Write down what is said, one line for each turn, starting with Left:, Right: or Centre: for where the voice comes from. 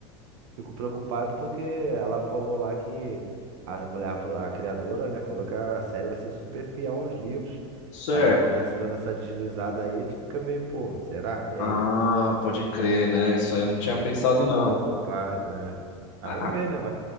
Right: Fico preocupado porque ela falou lá que a mulher, a pro- a criadora, né, falou que a série vai ser super fiel aos livros.
Left: Certo.
Right: Aí já começa dando essa deslizada aí, tu fica meio, pô, será? E
Left: Ah,
Right: aí?
Left: pode crer, né? Isso aí eu não tinha
Right: É,
Left: pensado,
Right: eu fico
Left: não.
Right: preocupado, né? Mas
Left: Ah,
Right: vamos ver, né? Vai,